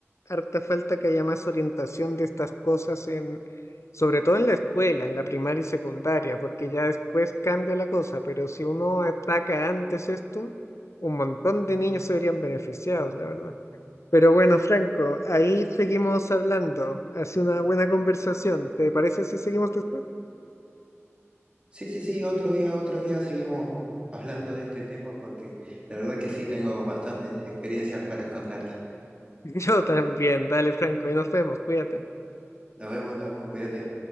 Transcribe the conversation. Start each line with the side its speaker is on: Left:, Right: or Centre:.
Left: harta falta que haya más orientación de estas cosas en, sobre todo en la escuela, en la primaria y secundaria, porque ya después cambia la cosa. Pero si uno ataca antes esto, un montón de niños se verían beneficiados, la verdad. Pero bueno, Franco, ahí seguimos hablando. Hace una buena conversación. ¿Te parece si seguimos después?
Right: Sí, sí, sí, otro día, otro día seguimos hablando de este tema porque la verdad que sí tengo bastantes experiencias para contarte.
Left: <laughs> Yo también. Dale, Franco, ahí nos vemos. Cuídate.
Right: Nos vemos, nos vemos, cuídate.